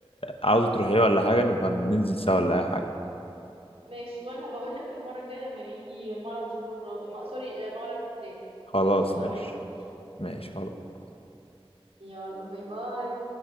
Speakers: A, on the left (about 75°); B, on the right (about 85°).
A: عاوزة تروحيه ولا حاجة نبقى ننزل سوا ولا أي حاجة
B: ماشي وانا هبقول لك المره الجايه لما يجي معرض ظهور ما... سوري آه، معرض الكتاب
A: خلاص
B: عشان لو
A: ماشي
B: عايز تيجي
A: ماشي خلاص
B: يلا باي باي